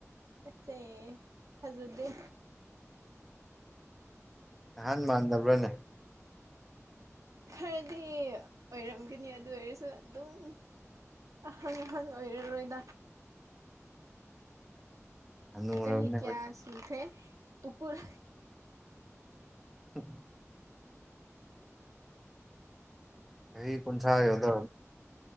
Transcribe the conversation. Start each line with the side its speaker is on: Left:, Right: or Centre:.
Right: ꯑꯆꯦ ꯊꯖꯗ
Centre: ꯅꯍꯥꯟ ꯃꯥꯟꯗꯕ꯭ꯔꯥꯅꯦ
Right: ꯈꯔꯗꯤ ꯑꯣꯏꯔꯝꯒꯅꯤ ꯑꯗꯨ ꯑꯣꯏꯔꯁꯨ ꯑꯗꯨꯝ ꯑꯍꯥꯡ ꯑꯍꯥꯡ ꯑꯣꯏꯔꯔꯣꯏꯗ
Centre: ꯍꯅꯨꯔꯕꯅꯦ
Right: ꯆꯍꯤꯍꯤ
Centre: ꯑꯩꯈꯣꯏ
Right: ꯀꯌꯥ ꯁꯁꯦ ꯎꯄꯨꯔ
Centre: ꯑ ꯀꯔꯤ ꯀꯟꯁꯥ ꯌꯗ